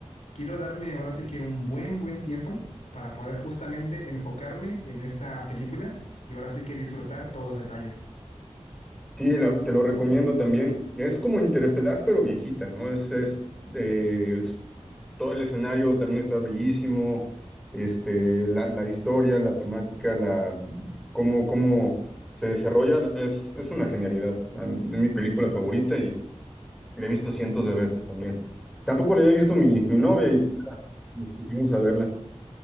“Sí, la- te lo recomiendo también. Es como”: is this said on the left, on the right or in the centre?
Centre